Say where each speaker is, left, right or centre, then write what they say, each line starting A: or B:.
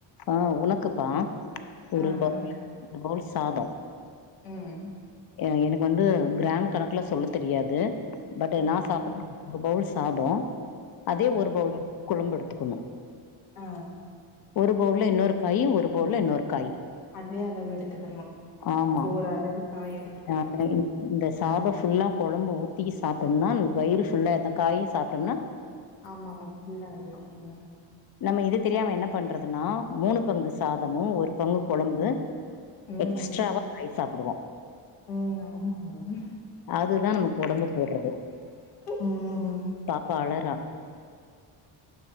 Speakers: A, on the left (about 45°); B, on the left (about 85°).
A: ஆ உனக்குபா ஒரு
B: ஆ
A: பவுல்
B: நமக்கு
A: ஒரு பவுல் சாதோ
B: ம்
A: எ எனக்கு வந்து கிராம் கணக்குல சொல்ல தெரியாது பட்
B: ஆ
A: நா சாப்புடு ஒரு பவுல் சாதோ அதே
B: ஆ
A: ஒரு பவுல் வந்து குழம்பு எடுத்துக்கணு
B: ஆ
A: ஒரு பவுல்ல இன்னொரு காய் ஒரு பவுல்ல இன்னொரு காய்
B: அதே அளவு எடுத்துக்கணு
A: ஆமா
B: சோறு அளவு காய் எடுத்துக்கணு
A: ஆ இந்த சாதம் ஃபுல்லா குழம்பு ஊத்தி சாப்பிட்டம்னா நம்ளுக்கு வயிறு ஃபுல்லா இந்த காயும் சாப்ட்டம்னா
B: ஆமா ஆமா ஃபுல் ஆயிரும்
A: நம்ம இது தெரியாம என்ன பண்றதுனா மூணு பங்கு சாதமு ஒரு பங்கு கொழம்பு
B: ம்
A: எக்ஸ்ட்ராவா காய் சாப்பிடுவோ
B: ம் ஆமா மேம்
A: அதுதான் நமக்கு ஒடம்பு போட்றது
B: ம்
A: பாப்பா அழரா